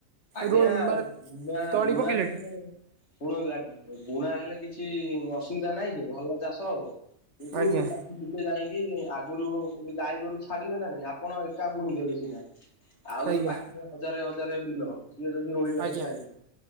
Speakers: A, on the left (about 50°); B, on the right (about 65°).
A: ଆଜ୍ଞା
B: ରୋ ମାନେ
A: ବୁଣା
B: ତଳି
A: ବୁଣା
B: ପକେଇଲେଣି
A: ହେଲେ ଶୁଣନ୍ତୁ ଆଜ୍ଞା। ବୁଣା ହେଲେ କିଛି ଅସୁବିଧା ନାହିଁ ଯେ ଭଲ ଚାଷ ହବ କିନ୍ତୁ
B: ଆଜ୍ଞା
A: ତା ଟିକେ ଯାଇକି ଆଗରୁ ଗାଈ ଗୋରୁ ଛାଡିବେ ନା ନାଇଁ ଆପଣ ଏକା ବୁଣିିଦେବେ ସିନା ଆଉ
B: ଆଜ୍ଞା
A: ଯୋଉ ପାଖରେ ହଜାରେ ହଜାରେ ବିଲ ସିଏ ଯଦି ରୋଇିବାକୁ
B: ଆଜ୍ଞା।
A: ଚାହିଁନି